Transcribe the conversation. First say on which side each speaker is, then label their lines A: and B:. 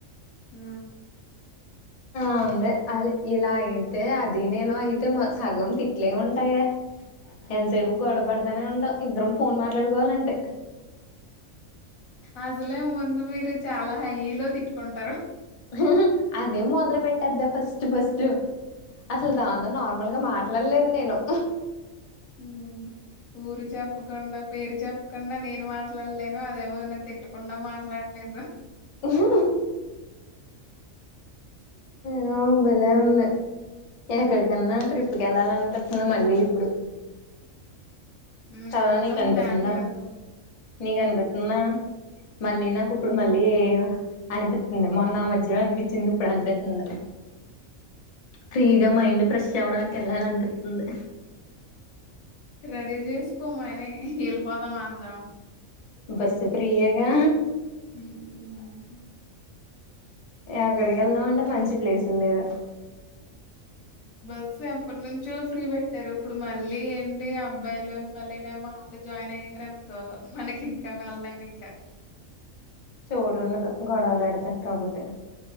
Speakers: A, on the left; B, on the left.
A: ఊ
B: అందే అల్ ఇలా అయితే అది నేను అయితే మా సగం తిట్లే ఉంటాయే ఎన్సేపు గొడవ పడతానే ఉంటం ఇద్దరం ఫోన్ మాట్లాడుకోవాలంటే
A: అసలే ముందు మీరు చాలా హై లో తిట్టుకుంటరు
B: హు హు అదే మొదలు పెట్టేద్దే ఫస్ట్ ఫస్ట్ అసల్ దాంతో నార్మల్గా మాట్లాడ్లేన్ నేను
A: ఊ ఊరు చెప్పకుండా, పేరు చెప్పకుండా, నేను మాట్లాల్లేను, అదే ఎవరినో తిట్టకుండా మాట్లా. డం లేదు
B: ఉహుహు హూమ్ భలే ఉంది ఎక్కడికన్నా
A: హ్మ్.
B: ట్రిప్ కి ఎళ్ళాలన్ టక్కున మళ్ళీ ఇప్పుడు
A: హ్మ్
B: కద
A: ఎళ్దాం
B: నీకు అనిపితుందా
A: ప్లాన్ చేద్దాం.
B: నీకు అనిపిత్తుందా మళ్ళీ నాకు ఇప్పుడు మళ్ళీ అనిపితుంది, మొన్న ఆ మధ్యలో అనిపిచ్చింది ఇప్పుడు అనిపితుంది.
A: హ్మ్
B: ఫ్రీగా మైండ్ ఫ్రెష్ అవడానికి ఎళ్లాలి అనిపితుంది
A: రడీ చేసుకో మనీ ఎళ్ళిపోదాం అందరం
B: బస్సు ఫ్రీయే గా
A: హ్మ్ హ్మ్
B: ఎక్కడికి ఎళ్దామంటే మంచి ప్లేసుల లేవ్
A: బస్సు ఎప్పట్నుంచో ఫ్రీ పెట్టారు, ఇప్పుడు మళ్ళీ ఏంటి అబ్బాయిలు మళ్ళీనేమో ఆఫి. జాయిన్ అయ్యారునుకో మనకి ఇంకా నళ్లం ఇంక
B: చోటు ఉండదు గొడవలు ఏడుతె కాపోతె